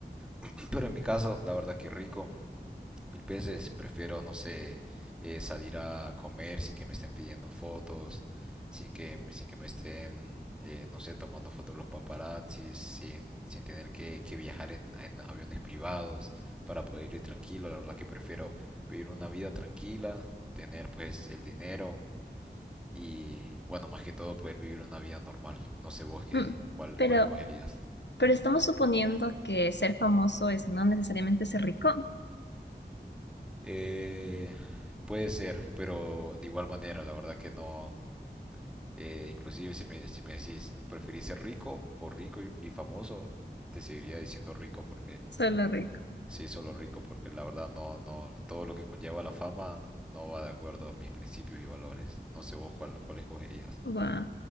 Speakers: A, in the centre; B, on the left (about 85°).
A: <clears throat> Pero en mi caso, la verdad que rico. Mil veces prefiero, no sé, eh, salir a comer sin que me estén pidiendo fotos, sin que, sin que me estén, eh, no sé, tomando fotos los paparazzis, sin, sin tener que, que viajar en, en aviones privados para poder ir tranquilo. La verdad que prefiero vivir una vida tranquila, tener pues el dinero y, bueno, más que todo poder vivir una vida normal. No sé vos qué,
B: Mm,
A: cuál,
B: pero,
A: cuál escogerías.
B: pero estamos suponiendo que ser famoso es no necesariamente ser rico,
A: Eh, puede ser, pero de igual manera, la verdad que no, Eh, inclusive si me, si me decís, ¿preferís ser rico o rico y, y famoso? Te seguiría diciendo rico porque
B: solo rico.
A: sí, solo rico, porque la verdad no, no, todo lo que conlleva la fama no va de acuerdo a mis principios y valores. No sé vos cuál, cuál escogerías.
B: Guau.